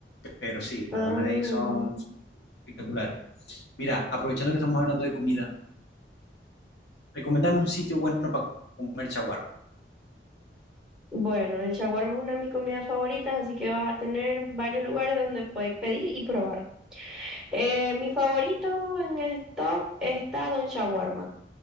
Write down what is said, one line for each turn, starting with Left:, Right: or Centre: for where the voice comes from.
Left: Pero sí, las
Centre: Ah,
Left: donas de ahí son espectaculares. Mira, aprovechando que estamos hablando de comida, recomendame un sitio bueno para comer chaguarma.
Centre: bueno, el shawarma es una de mis comidas favoritas, así que vas a tener varios lugares donde podéis pedir y probar. Eh, mi favorito en el top está Don Shawarma.